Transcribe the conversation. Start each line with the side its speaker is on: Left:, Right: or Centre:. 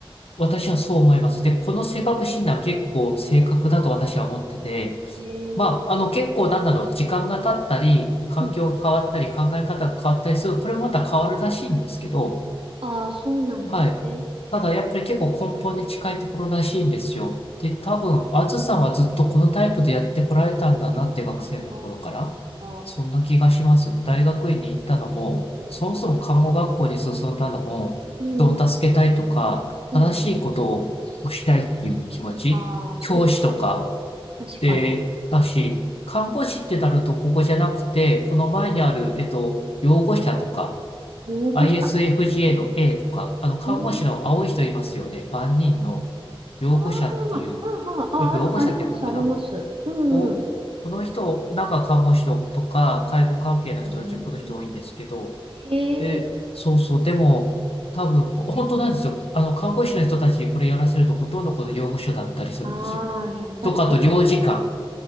Left: 私はそう思います。で、この性格診断結構正確だと私は思ってて、
Right: へえ
Left: まあ、あの、結構なんだろう、時間が経ったり、環境が変わったり、
Right: うん。
Left: 考え方が変わったりする、これもまた変わるらしいんですけど、
Right: ああ、そうなんですね。
Left: はい。ただ、やっぱり結構根本に近いところらしいんですよ。
Right: うん。
Left: で、多分、あずさんはずっとこのタイプでやってこられたんだなって学生の頃から、
Right: ああ、
Left: そんな気がします。大学院に行ったのも、
Right: ああ、そ
Left: そもそも看護学校に進んだのも、
Right: う。うん。
Left: 人を助けたいとか、
Right: うん。
Left: 正しいことをしたいっていう気持ち、
Right: ああ、
Left: 教師とか、
Right: そう。確かに。
Left: で、だし、看護師ってなるとここじゃなくて、この前にある、えっと、養護者とか、
Right: 擁護者。
Left: i s f a
Right: うん。
Left: の A とか、あの、看護師の青い人いますよね。
Right: うん
Left: 万人の養護者っていう、
Right: あーはあ、はあ、あ、
Left: これ養護者って読むのかな
Right: ある、あります、あります。うんう
Left: をこの人、なんか看護師とか、介護関係の人たち、
Right: ん。え
Left: この人多いんですけど、
Right: ー、えー、
Left: で、そうそう、でも、多分、本当なんですよ。あの、看護師の人たちにこれやらせると、ほとんどこの養護所だったりするんですよ。
Right: ああ、やっぱりて、
Left: とか、あと、
Right: て
Left: 領事館。